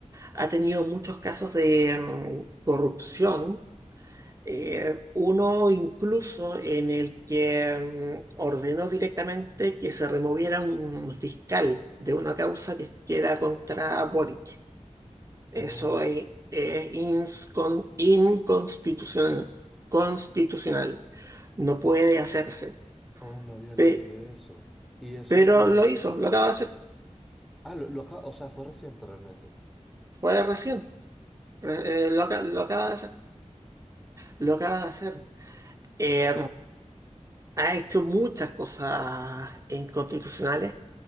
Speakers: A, on the right; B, in the centre.
A: ha tenido muchos casos de mm, corrupción. Eh, uno incluso en el que mm, ordenó directamente que se removiera un fiscal de una causa que, que era contra Boric. Eso
B: Oh, mm,
A: es, es inscon- inconstitucional. constitucional. No puede hacerse.
B: oh, no había leído
A: Pe-
B: de eso. Y eso...
A: pero lo hizo, lo acaba de hacer.
B: Ah, lo, lo acá, o sea, fue reciente realmente.
A: Fue recién. Re- eh, lo, aca- lo acaba de hacer. Lo acaba de hacer. Eh, ha hecho muchas cosas inconstitucionales.